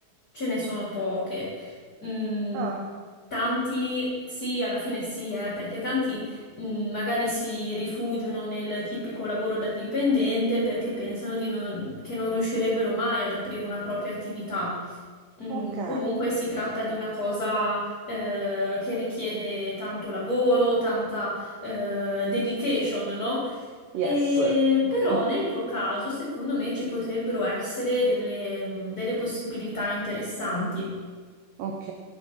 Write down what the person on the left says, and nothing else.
ce ne sono poche. Mm,
tanti, sì, alla fine sì, eh, perché tanti, mm, magari si rifugiano nel tipico lavoro da dipendente perché pensano di non- che non riuscirebbero mai ad aprire una propria attività. Mm,
comunque si tratta di una cosa eh, che richiede tanto lavoro, tanta eh, dedication, no?
E,
però nel tuo caso, secondo me, ci potrebbero essere delle, mh, delle possibilità interessanti.